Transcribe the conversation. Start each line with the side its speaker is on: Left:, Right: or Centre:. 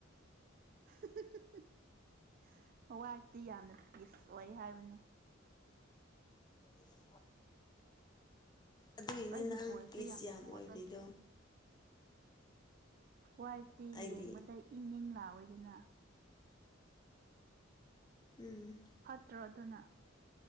Right: <unintelligible> ꯋꯥꯏꯠꯇꯤ ꯌꯥꯝꯅ ꯄꯤꯁ ꯑꯣꯏ ꯍꯥꯏꯕꯅꯤ
Left: <unintelligible> ꯑꯗꯨꯏꯅꯦ
Right: ꯑꯁ ꯑꯩꯒꯤ
Left: ꯅꯪ
Right: ꯚꯣꯏꯁꯁꯦ
Left: ꯄꯤꯁ ꯌꯥꯝ
Right: ꯏꯀꯣ
Left: ꯑꯣꯏꯔꯤꯗꯣ
Right: ꯋꯥꯏꯐꯇꯤ
Left: ꯑꯩꯗꯤ
Right: ꯌꯦꯡꯕꯗ ꯏꯪ ꯏꯪ ꯂꯥꯎꯏꯗꯅ
Left: ꯎꯝ
Right: ꯐꯠꯇ꯭ꯔꯣ ꯑꯗꯨꯅ